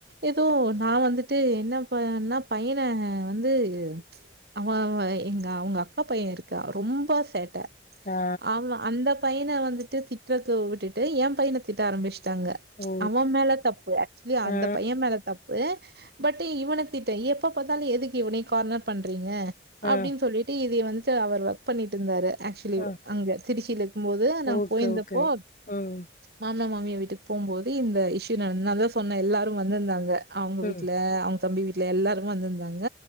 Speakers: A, on the right (about 60°); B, on the left (about 45°).
A: எதோ நா வந்துட்டு என்ன பன்ன பையன வந்து அவ அவ எங்க அவங்கக்கா பைய இருக்கா ரொம்ப சேட்ட
B: ஆ
A: ஆமா அந்த பையன வந்துட்டு திட்றது விட்டுட்டு எம் பையன திட்ட ஆரம்பிச் டாங்க
B: ஓ
A: அவ மேல தப்பு ஆக்சுவலி அந்த
B: ஆ
A: பைய மேல தப்பு பட் இவன திட்ட எப்ப பாத்தாலு எதுக்கு இவனயே கார்னர் பண்றீங்க அப்டினு
B: ஆ
A: சொல்லிட்டு இதய வந்துட்டு அவர் ஒர்க் பண்ணிட்ருந்தாரு ஆக்சுவலி
B: ஆ
A: அங்க திருச்சில இருக்கும்போது நாங்
B: ஓகே,
A: போயிருந்தப்போ
B: ஓகே. ம்,
A: மாமனார் மாமியா வீட் திப்பும்போது இந்த இஷ்யு நடந்து நா அதா சொன்னே எல்லாரு வந்திருந்தாங்க அவுங்க
B: ம்,
A: வீட்ல அவுங் தம்பி வீட்ல எல்லாருமே வந்திருந்தாங்க